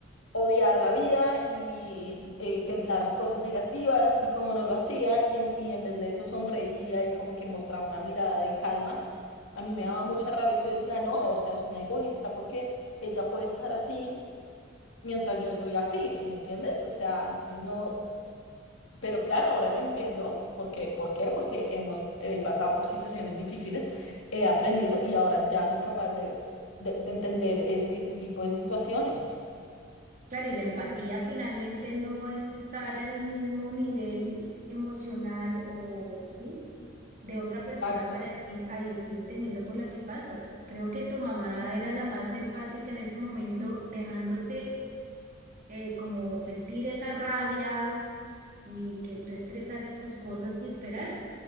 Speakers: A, on the left; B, on the right.
A: odiar la vida y eh, pensar cosas negativas y como no lo hacía y, y en vez de eso sonreía y como que mostraba una mirada de calma. A mí me daba mucha rabia y yo decía, no, o sea, es una egoísta porque ella puede estar así mientras yo estoy así, ¿sí me entiendes? O sea, entonces no, pero claro, ahora lo entiendo, ¿por qué? ¿Por qué? Porque hemos eh, pasado por situaciones difíciles, he aprendido y ahora ya soy capaz de, de, de entender ese, ese tipo de situaciones.
B: Claro, y la empatía finalmente no es estar al mismo nivel emocional o, ¿sí? de otra persona
A: Exacto.
B: para decir, ay, estoy entendiendo por la que pasas. Creo que tu mamá era la más empática en ese momento, dejándote eh, como sentir esa rabia y que tú expresaras tus cosas y esperar,